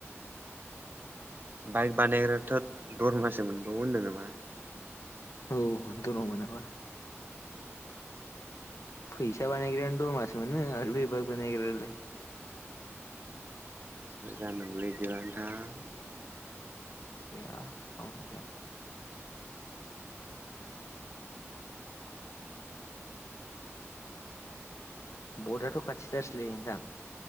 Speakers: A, on the right; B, on the left.
A: बाइक बानायग्रायाथ' दरमासो मोनबावो होनदों नामा?
B: औ दरमा मोनाबा। फैसा बानायग्रायानो दरमासो मोनो आरो बे बाइक बानायग्रायालाय।
A: बोरै जानांगौलै इदिबा‌ नोथां?
B: गैया खामानि गैया। बर्टआथ' खाथिथारसैलै नोंथां।